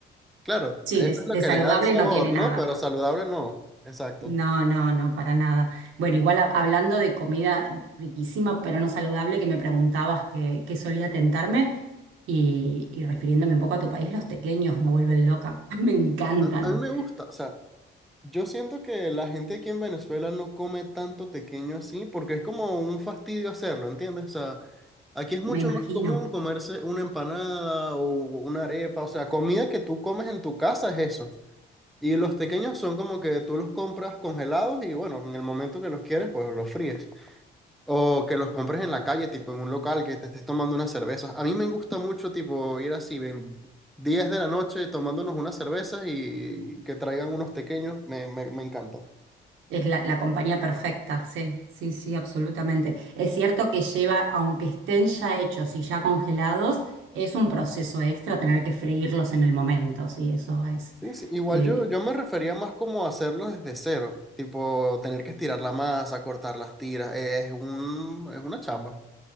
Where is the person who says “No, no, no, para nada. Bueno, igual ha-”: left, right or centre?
Right